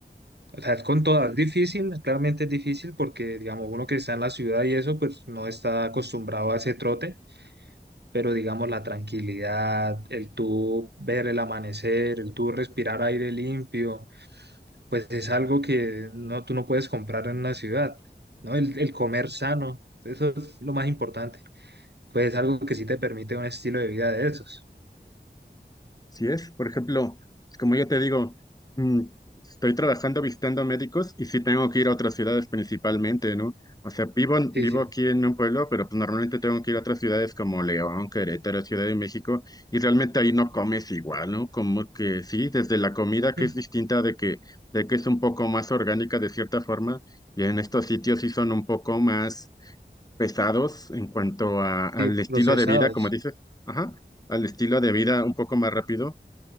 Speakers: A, on the right; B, on the left.
A: o sea, es con todas. Es difícil, claramente es difícil porque, digamos, uno que está en la ciudad y eso, pues no está acostumbrado a ese trote. Pero, digamos, la tranquilidad, el tú ver el amanecer, el tú respirar aire limpio, pues es algo que no, tú no puedes comprar en una ciudad, ¿no? El, el comer sano, eso es lo más importante pues algo que sí te permite un estilo de vida de esos.
B: Si es, por ejemplo, como yo te digo, mm, estoy trabajando visitando médicos y sí tengo que ir a otras ciudades principalmente, ¿no? O sea, vivo, en- vivo
A: Sí, sí.
B: aquí en un pueblo, pero pues normalmente tengo que ir a otras ciudades como León, Querétaro, Ciudad de México, y realmente ahí no comes igual, ¿no? Como que sí, desde la comida que
A: <laughs>
B: es distinta de que, de que es un poco más orgánica de cierta forma, y en estos sitios sí son un poco más pesados en cuanto a- al
A: Sí,
B: estilo
A: procesados.
B: de vida, como dices, ajá, al estilo de vida un poco más rápido.